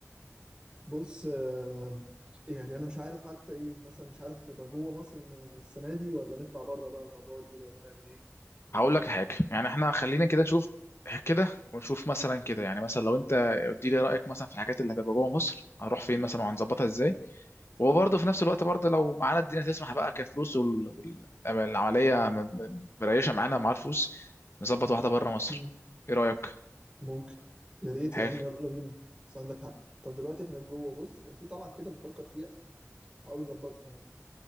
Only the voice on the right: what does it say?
بص آه، يعني انا مش عارف حتى ايه مثلا مش عارف نبقى جوه مصر من السنة دي ولا نطلع بره بقى المرة دي ولا نعمل ايه
مم،
ممكن يا ريت
يا عم يلا بينا بس عندك حق طب دلوقتي احنا جوه بص كان في طلعة كده بفكر فيها بحاول اظبطها يعني